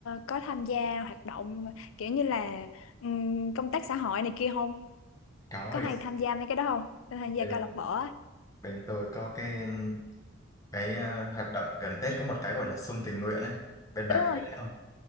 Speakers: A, on the left; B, on the left.
A: có tham gia hoạt động kiểu như là ừm, công tác xã hội này kia không
B: có hồi
A: có hay tham gia mấy cái đó không tham gia
B: bên
A: câu lạc bộ á
B: bên tôi có cái cái ờ, hoạt động gần Tết có một cái gọi là xuân tình nguyện ấy bên
A: đúng
B: bạn
A: rồi
B: biết không